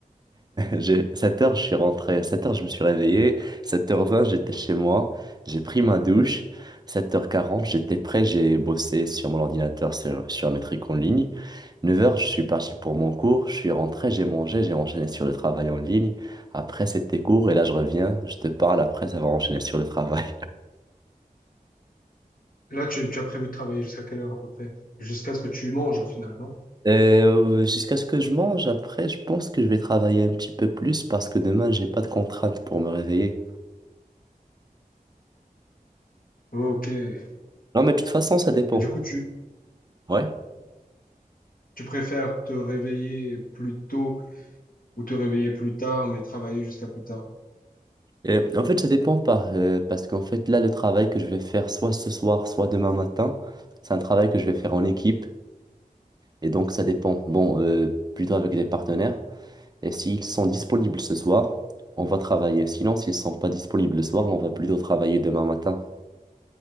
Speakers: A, on the right (about 25°); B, on the left (about 70°).
A: J'ai- 7 heures, je suis rentré. 7 heures, je me suis réveillé. 7h20, j'étais chez moi. J'ai pris ma douche. 7h40, j'étais prêt. J'ai bossé sur mon ordinateur, sur, sur mes trucs en ligne. 9 heures, je suis parti pour mon cours. Je suis rentré, j'ai mangé, j'ai enchaîné sur le travail en ligne. Après, c'était cours et là, je reviens. Je te parle. Après, ça va enchaîner sur le travail.
B: Là, tu, tu as prévu de travailler jusqu'à quelle heure à peu près? Jusqu'à ce que tu manges au final, non?
A: Et, euh, jusqu'à ce que je mange, après, je pense que je vais travailler un petit peu plus parce que demain, j'ai pas de contraintes pour me réveiller.
B: Ok. Et
A: Non, mais de toute façon, ça dépend.
B: du coup, tu,
A: Ouais.
B: tu préfères te réveiller plus tôt ou te réveiller plus tard, mais travailler jusqu'à plus tard?
A: Euh, en fait, ça dépend par, euh, parce qu'en fait, là, le travail que je vais faire soit ce soir, soit demain matin, c'est un travail que je vais faire en équipe. Et donc, ça dépend. Bon, euh, plutôt avec des partenaires. Et s'ils sont disponibles ce soir, on va travailler. Sinon, s'ils sont pas disponibles le soir, on va plutôt travailler demain matin.